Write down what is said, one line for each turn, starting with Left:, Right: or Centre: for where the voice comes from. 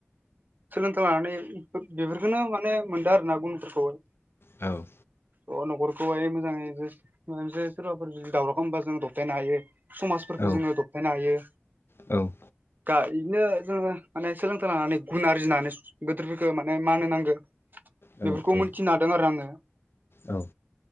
Right: सोलोंथाइ लानानै बेफोरखोनो माने मोनदों आरोना गुणफोरखौहाय
Left: औ
Right: अ न'खरखौहाय मोजाङै जो मो जो सोरबाफोर जुदि दावराव खालामबा जों दबथायनो हायो समाजफोरखो
Left: औ
Right: जोङो दबथायनो हायो
Left: औ
Right: गा इदिनो जोङो माने सोलोंथाइ लानानै गुण आरजिनानै सु गोदोरफोरखौ माने मान होनांगो बेफोरखौ
Left: औ औ
Right: मोनथिनो हादों आरो आङो
Left: औ